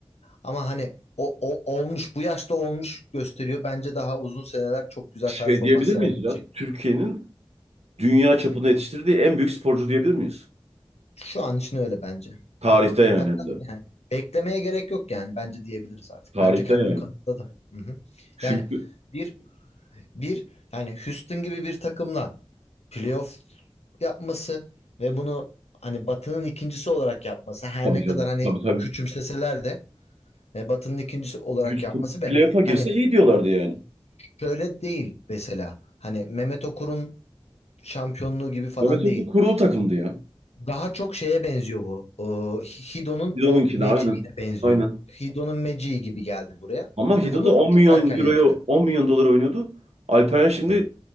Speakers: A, on the left; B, on the right.
A: Ama hani o, o olmuş bu yaşta olmuş gösteriyor. Bence daha uzun seneler çok güzel
B: Şey
A: performans
B: diyebilir
A: sergileyecek.
B: miyiz ya? Türkiye'nin dünya çapında yetiştirdiği en büyük sporcu diyebilir miyiz?
A: Şu an için öyle bence.
B: Tarihte
A: Hı hı.
B: yani
A: Hatta
B: hem de.
A: yani beklemeye gerek yok yani bence diyebiliriz artık.
B: Tarihte
A: Bence kendini
B: yani.
A: kanıtladı. Hı hı.
B: Çünkü
A: Yani bir bir yani Houston gibi bir takımla playoff yapması ve bunu hani Batı'nın ikincisi olarak yapması her
B: tabii
A: ne
B: canım.
A: kadar hani
B: Tabii tabii.
A: küçümseseler de e, Batı'nın ikincisi olarak
B: Houston
A: yapması ve
B: playoff'a
A: hani
B: girse iyi diyorlardı yani.
A: şöyle değil mesela hani Mehmet Okur'un şampiyonluğu gibi falan
B: Mehmet Ökü
A: değil.
B: kurulu takımdı ya.
A: Daha çok şeye benziyor bu. Ee, Hido'nun
B: Hido'nunki
A: o magicine
B: de aynen.
A: benziyor.
B: Aynen.
A: Hido'nun magici gibi geldi buraya.
B: Ama
A: Ve
B: Hido
A: bunu
B: da 10
A: çok
B: milyon
A: erken
B: euroya
A: yaşta yaptı
B: 10 milyon dolar oynuyordu. Alperen şimdi
A: tabii.